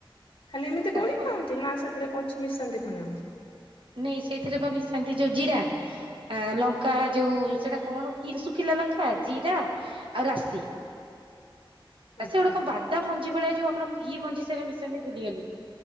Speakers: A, on the left; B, on the right.
A: ଖାଲି ଏମିତି
B: ଛାଡିଦବ
A: ବଳି ଖାଆନ୍ତି ନା ସେଥିରେ କୁଛି ମିଶାନ୍ତି ପୁଣି ଆଉ।
B: ନାଇଁ ସେଇଥିରେ ବା ମିଶାନ୍ତି ଯୋଉ ଜିରା ଆ ଲଙ୍କା ଯୋଉ ସେଟା କଣ କି ଶୁଖିଲା ଲଙ୍କା ଜିରା ଆଉ ରାଶି।
A: ଆଚ୍ଛା
B: ଆ ସିଏ ଗୋଟେ କଣ ବାଦ ତା ମଞ୍ଜି ଭଳିଆ ଯୋଉ ଆମର କି ମଞ୍ଜି ସେଟା ମିଶାନ୍ତି ଭୁଲିଗଲି